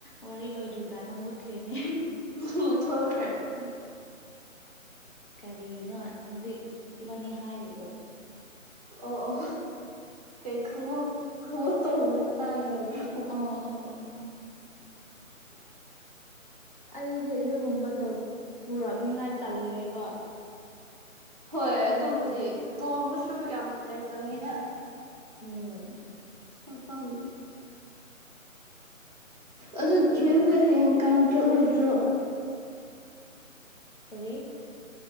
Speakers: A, on the left (about 40°); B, on the right (about 30°).
A: ꯋꯥꯔꯤ ꯂꯣꯏꯗ꯭ꯔꯤꯀꯥꯟꯗ ꯃꯨꯠꯈ꯭ꯔꯦꯅꯦ
B: ꯃꯨꯠꯊꯣꯛꯈ꯭ꯔꯦ
A: ꯎꯝ ꯀꯔꯤꯅꯣ ꯍꯧꯖꯤꯛ ꯏꯕꯥꯅꯤ ꯍꯥꯏꯔꯤꯗꯣ
B: ꯑꯣ ꯑꯣ ꯀꯩ ꯈꯉꯞ ꯈꯣꯡꯎꯞ ꯇꯣꯡꯕꯩ ꯃꯇꯥꯡ ꯌꯧꯈ꯭ꯔꯥ
A: ꯑꯣ ꯑꯣ ꯑꯣ ꯑꯣ ꯑꯩꯗꯤ ꯑꯗꯨꯒꯨꯝꯕꯗꯣ ꯄꯨꯔꯛꯅꯤꯉꯥꯏ ꯇꯜꯂꯦꯕ
B: ꯍꯣꯏ ꯑꯗꯨꯕꯨꯗꯤ ꯇꯣꯡꯕꯁꯨ ꯌꯥꯝ ꯂꯩꯇꯕꯅꯤꯅ
A: ꯎꯝ
B: ꯃꯐꯝ ꯑꯗꯨ
A: ꯑꯩꯗꯤꯅꯦ
B: ꯆꯦ ꯍꯣꯏ ꯍꯌꯦ ꯀꯥꯡ ꯆꯠꯂꯣꯏꯗ꯭ꯔꯣ
A: ꯇꯔꯤ